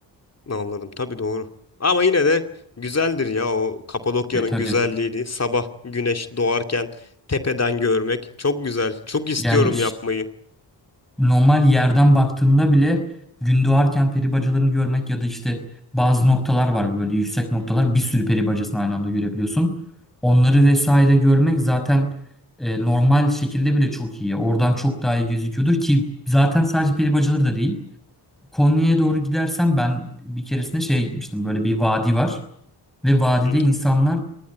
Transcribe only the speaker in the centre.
E tabii.
Yani
normal yerden baktığında bile gündoğarken doğarken peri bacalarını görmek ya da işte bazı noktalar var böyle yüksek noktalar bir sürü peri bacasını aynı anda görebiliyorsun. Onları vesaire görmek zaten e, normal şekilde bile çok iyi. Oradan çok daha iyi gözüküyordur ki zaten sadece peri bacaları da değil. Konya'ya doğru gidersen ben bir keresinde şeye gitmiştim. Böyle bir vadi var ve vadide
insanlar